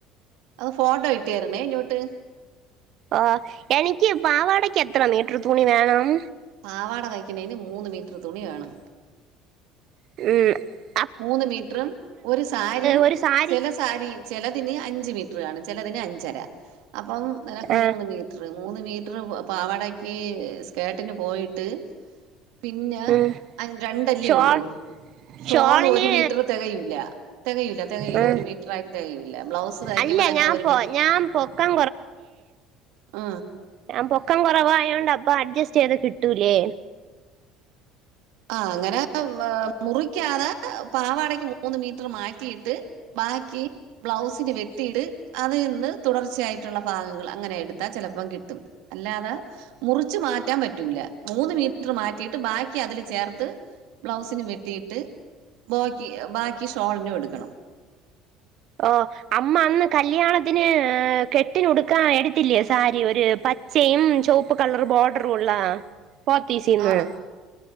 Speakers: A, on the right; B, on the right.
A: അത് ഫോട്ടോ ഇട്ട് തരണേ ഇങ്ങോട്ട്
B: ഓ എനിക്ക് പാവാടക്ക് എത്ര മീറ്റർ തുണി വേണം
A: പാവാട തയ്ക്കുന്നേന് മൂന്ന് മീറ്റർ തുണി വേണം
B: മ്
A: മൂന്ന് മീറ്ററും ഒരു സാരി
B: ഒരു സാരി
A: ചില സാരി ചിലതിന് അഞ്ച് മീറ്റർ <unintelligible> ചെലതിന് അഞ്ചര അപ്പം നിനക്ക്
B: ആ
A: മൂന്ന് മീറ്ററ് മൂന്ന് മീറ്റർ പാവാടക്ക് സ്കാട്ടിന് പോയിട്ട് പിന്നെ
B: ഉം
A: രണ്ടല്ലേ
B: ഷോൾ
A: ഉള്ളൂ
B: ഷോളിന്
A: ഷോൾ ഒരു മീറ്റർ തെകയൂല്ല തെകയില്ല തെകയില്ല
B: ആ,
A: ഒരു മീറ്റർ ആയിട്ട് തെകയില്ല ബ്ലൗസ് തയ്ക്കുമ്പ
B: അല്ല
A: തന്നെ
B: ഞാൻ
A: ഒരു
B: പൊ
A: മീറ്റർ
B: ഞാൻ പൊക്കം
A: ആ
B: ഞൻ പൊക്കം കൊറവായോണ്ട് അപ്പൊ അഡ്ജസ്റ്റ് ചെയ്ത കിട്ടൂലേ?
A: ആ അങ്ങനെ ഏ മുറിക്കാതെ പാവാടക്ക് മൂന്ന് മീറ്റർ മാറ്റിയിട്ട് ബാക്കി ബ്ലൗസിന് വെട്ടിയിട്ട് അതിൽ നിന്ന് തുടർച്ചയായിട്ടുള്ള ഭാഗങ്ങൾ അങ്ങനെ എടുത്താൽ ചെലപ്പം കിട്ടും അല്ലാതെ മുറിച്ചു മാറ്റാൻ പറ്റൂല മൂന്ന് മീറ്റർ മാറ്റിയിട്ട് ബാക്കി അതില് ചേർത്ത് ബ്ലൗസിന് വെട്ടീട്ട് ബാക്കി ബാക്കി ഷോൾനും എടുക്കണം.
B: ഓ അമ്മ അന്ന് കല്യാണത്തിന് കെട്ടിനുടുക്കാ എടുത്തില്ലേ സാരി ഒരു പച്ചയും ചുവപ്പ് കളർ ബോർഡറുംള്ള പോത്തീസിന്ന്
A: ആ